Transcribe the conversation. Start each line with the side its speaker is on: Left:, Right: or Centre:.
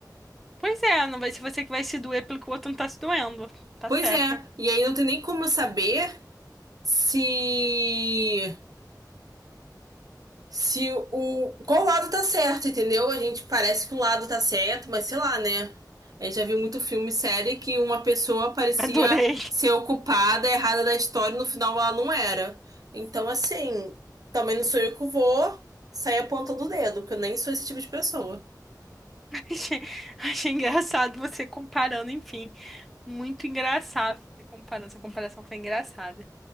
Centre: Pois é, não vai ser você que vai se doer pelo que o outro não tá se doendo. Tá
Right: Pois
Centre: certa.
Right: é, e aí não tem nem como eu saber se Se o. Qual lado tá certo, entendeu? A gente parece que um lado tá certo, mas sei lá, né? A gente já viu muito filme e série que uma pessoa parecia
Centre: Adorei. <laughs>
Right: ser ocupada, errada da história, e no final ela não era. Então, assim, também não sou eu que vou sair apontando o dedo, porque eu nem sou esse tipo de pessoa.
Centre: Achei, achei engraçado você comparando, enfim. Muito engraçado essa comparação. Essa comparação foi engraçada.